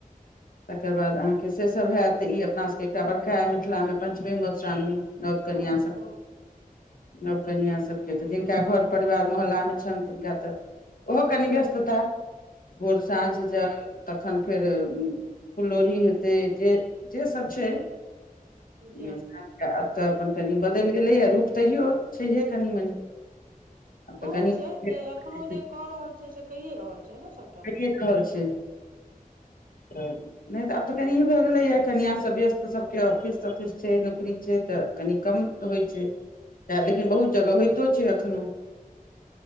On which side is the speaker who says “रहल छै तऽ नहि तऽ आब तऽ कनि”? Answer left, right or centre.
Left